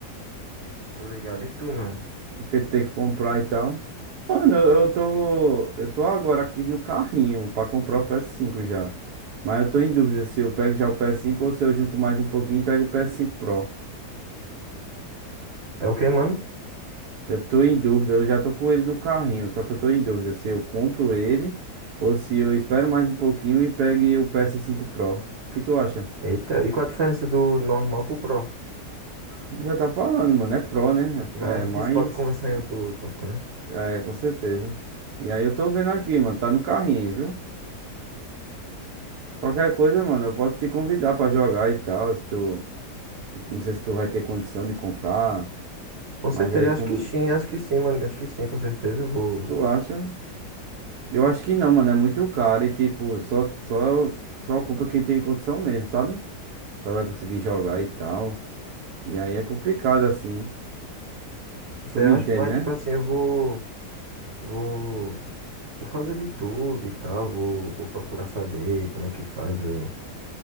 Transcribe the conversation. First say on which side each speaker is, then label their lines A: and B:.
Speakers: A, on the right; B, on the right.
A: Tô ligado. E tu, mano?
B: Porque tem que comprar e tal. Mano, eu, eu tô. Eu tô agora aqui no carrinho pra comprar o PS5 já. Mas eu tô em dúvida se eu pego já o PS5 ou se eu junto mais um pouquinho e pego o PS5 Pro.
A: É o quê, mano?
B: Eu tô em dúvida, eu já tô com ele no carrinho, só que eu tô em dúvida se eu compro ele ou se eu espero mais um pouquinho e pegue o PS5 Pro. O que tu acha?
A: Eita, e qual a diferença do normal pro Pro?
B: Já tá falando, mano, é Pro, né?
A: Mas
B: É
A: a gente
B: é mais.
A: pode conversar em outro tópico, né?
B: É, com certeza. E aí eu tô vendo aqui, mano, tá no carrinho, viu? Qualquer coisa, mano, eu posso te convidar pra jogar e tal, se tu... Não sei se tu vai ter condição de comprar,
A: Com certeza,
B: mas aí como...
A: acho que sim, acho que sim, mano. Acho que sim, com certeza. Eu vou.
B: Tu acha? Eu acho que não, mano, é muito caro e, tipo, só, só, só compra quem tem condição mesmo, sabe? só vai conseguir jogar e tal. E aí é complicado assim.
A: Você
B: Tu me
A: acha?
B: entende,
A: Mas,
B: né?
A: tipo assim, eu vou. Vou, vou fazer de tudo e tal. Vou, vou procurar saber como é que faz o,